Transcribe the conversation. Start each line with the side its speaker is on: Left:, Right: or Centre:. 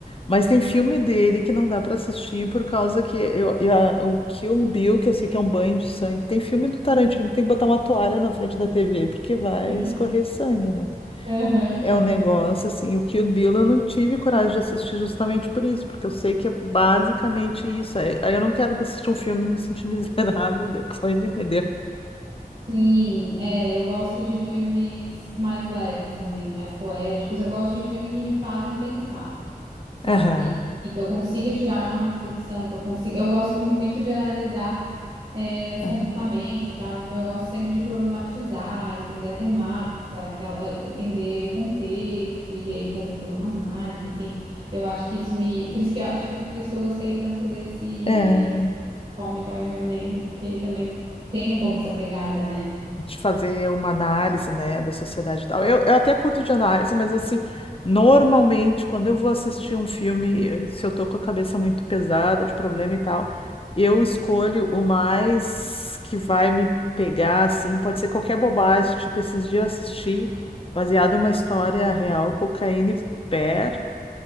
Left: Mas tem filme dele que não dá para assistir por causa que eu, eu- a- o Kill Bill, que eu sei que é um banho de sangue, tem filme do Tarantino que tem que botar uma toalha na frente da TV porque vai
Right: Sim.
Left: escorrer sangue, né?
Right: Aham,
Left: É
Right: aham.
Left: um negócio assim, o Kill Bill eu não tive coragem de assistir justamente por isso, porque eu sei que é basicamente isso. Aí aí eu não quero assistir um filme e me sentir miserável <laughs> depois, entendeu?
Right: Sim, é, eu gosto de filmes mais leves também, mais poéticos. Eu gosto de filme que me fazem pensar. sabe?
Left: Aham,
Right: E que eu consiga tirar uma reflexão, que eu consiga. Eu gosto muito de analisar, é, os
Left: aham,
Right: comportamentos e tal, então eu gosto sempre de problematizar, entender a temática, aquela, eh, entender o contexto e aí fazer toda uma análise, assim. Eu acho que isso me. Por isso que eu acho que por isso que eu gostei tanto desse
Left: aham.
Right: Call Me by Your Name, porque também tem um pouco essa pegada, né?
Left: de fazer uma análise, né, da sociedade e tal. Eu, eu até curto de análise, mas assim, normalmente, quando eu vou assistir um filme, eh, se eu tô com a cabeça muito pesada, de problema e tal, eu escolho o mais que vai me pegar, assim, pode ser qualquer bobagem, tipo, esses dias eu assisti, baseado em uma história real, Cocaine Bear,